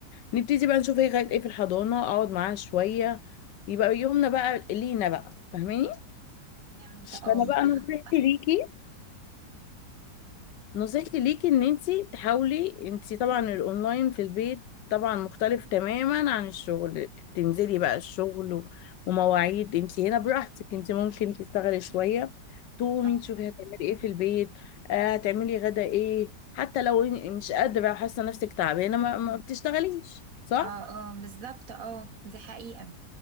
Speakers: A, on the left; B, on the right.
A: نبتدي بقى نشوف هي غاية ايه في الحضانة اقعد معاها شوية يبقى يومنا بقى لينا بقى فاهماني
B: فهمت اه
A: فانا بقى نصيحتي
B: أص-
A: ليكي نصيحتي ليكي ان انتي تحاولي انتي طبعا الاونلاين في البيت طبعا مختلف تماما عن الشغل تنزلي بقى الشغل و- ومواعيد انتي هنا براحتك انتي ممكن تشتغلي شوية تقومي
B: اه
A: تشوفي هتعملي ايه في البيت آه هتعملي غدا ايه حتى لو إن- مش قادرة وحاسة نفسك تعبانة ما, ما بتشتغليش صح؟
B: اه اه بالظبط اه دي حقيقة